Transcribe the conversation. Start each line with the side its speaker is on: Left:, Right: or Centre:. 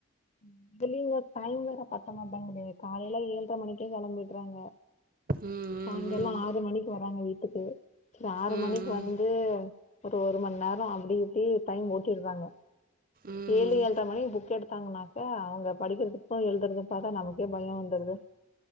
Left: ம் இதுலயும்ங்க டைம் வேற பத் த்த மாட்டேங்குது காலையில ஏழரை மணிக் கே கிளம்பிடுறாங்க
Right: ம்
Left: சாய்ங்கல்லம்
Right: ம் ம்
Left: ஆறு மணிக்கு வராங்க வீட்டுக்கு சரி ஆறு
Right: ம்
Left: மணிக்கு வந்து ஒரு ஒரு மணி நேரம் அப்டி இப்டி டைம் ஓட்டிடுறாங்க
Right: ம்
Left: ஏழு
Right: ம்
Left: ஏழ்ரை மணிக்கு புக்கெடுத் தாங்கனாக் கா அவுங்க படிக்கிறதுக்கும் எழுதுறதும் பாத்தா நமக்கே பயம் வந்துருது